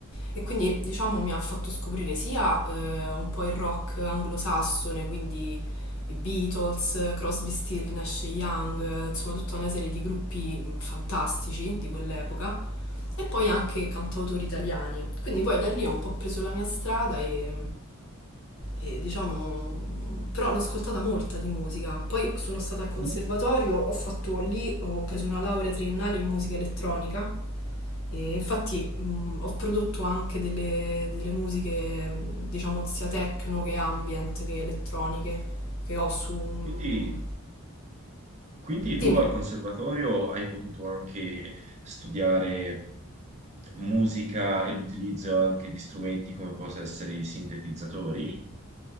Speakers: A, on the left (about 70°); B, on the right (about 30°).
A: E quindi diciamo mi ha fatto scoprire sia eh, un po' il rock anglosassone, quindi i Beatles, Crosby, Still, Nash e Young, eh, insomma tutta una serie di gruppi mh, fantastici di quell'epoca, e poi anche cantautori italiani. Quindi poi da lì ho un po' preso la mia strada e, e, diciamo... mh, Però ne ho ascoltata molta di musica. Poi sono stata al conservatorio,
B: Comunque,
A: ho fatto lì, ho preso una laurea triennale in musica elettronica e infatti mh, ho prodotto anche delle, delle musiche, mh, diciamo, sia techno che ambient che elettroniche, che ho su... mh,
B: Quindi, quindi tu
A: Dimmi.
B: al conservatorio hai potuto anche studiare musica e l'utilizzo anche di strumenti come possono essere i sintetizzatori.